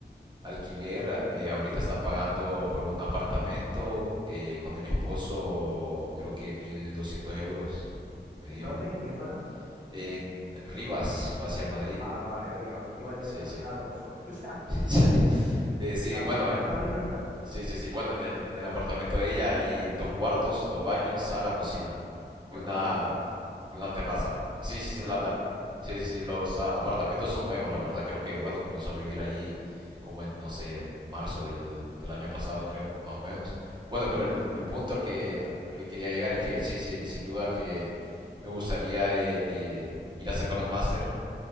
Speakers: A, on the right; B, on the right.
A: alquiler, eh, ahorita está
B: <laughs>
A: pagando
B: Buah.
A: por un apartamento eh, con el esposo, creo que 1200 euros, me
B: ¿En
A: dijo,
B: dónde? ¿En qué zona?
A: en Rivas, hacia Madrid,
B: Ah, vale, Rivas. Te iba a decir
A: sí,
B: es que no
A: sí.
B: es caro eso. <laughs> O sea,
A: <laughs> Eh, sí,
B: o sea,
A: bueno,
B: para lo
A: el-
B: que es Madrid no es caro.
A: Sí, sí, sí. Bueno, en el, en el apartamento de ella hay dos cuartos, dos baños, sala, cocina
B: Pues
A: y una
B: entonces es barato.
A: y una terraza. Sí, sí, sí,
B: Pues
A: la,
B: es barato
A: la-
B: entonces.
A: sí, sí, sí, los a- apartamentos son nuevos, la verdad. Creo que, bueno, comenzó a vivir ahí como en, no sé, marzo del, del año pasado, creo, más o menos. Bueno, pero el, el-
B: Ujú.
A: el punto al que, al que quería llegar es
B: Sí.
A: que sí, sí, sin duda que me gustaría eh, eh, ir a sacar un máster